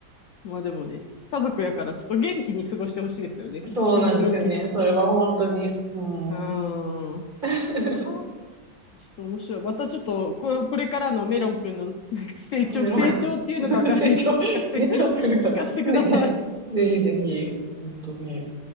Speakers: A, on the left; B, on the right.
A: まあでもね、家族やからちょっと元気に過ごしてほしいですよね。
B: う。<laughs> そうなんですよね。
A: うん病気なくてね。
B: それは本当に。うん。
A: うーん。は
B: <laughs>
A: あ、ちょっと面白い。またちょっと、これ、これからのメロン君の <laughs> 成長、
B: メロン
A: 成長っていうのかわかんないけど、
B: <laughs> 成長、
A: 聞かせて、
B: 成長するから。
A: <laughs> 聞かせてください。
B: <laughs> で、ぜひぜひ、本当に。